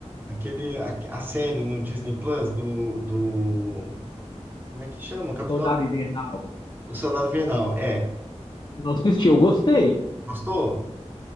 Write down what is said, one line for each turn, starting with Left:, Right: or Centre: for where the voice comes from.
Right: aquele a, a série no Disney Plus do do como é que chama? Capitão,
Left: Soldado Invernal.
Right: o Soldado Invernal. É.
Left: Eu não assisti, eu gostei.
Right: Gostou?